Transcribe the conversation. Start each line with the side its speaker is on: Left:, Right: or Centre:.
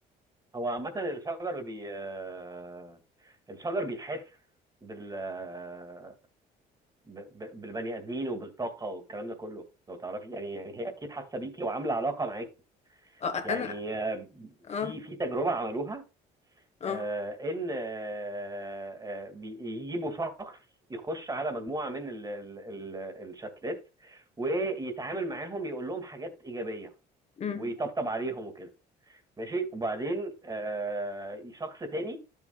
Right: هو عامة الشجر بي آه، الشجر بيحس بال آه، ب- ب- بالبني ادمين وبالطاقه والكلام ده كله لو تعرفي يعني يعني هي اكيد حاسه بيكي وعامله علاقه معاكي
Left: <laughs> آه،
Right: يعني
Left: انا
Right: آه،
Left: اه
Right: في في تجربه عملوها
Left: اه
Right: آه، ان آه، آه، بيجيبوا شخص يخش على مجموعه من ال- ال- ال- الشتلات ويتعامل معاهم يقول لهم حاجات ايجابيه
Left: امم
Right: ويطبطب عليهم وكده ماشي وبعدين آه، شخص تاني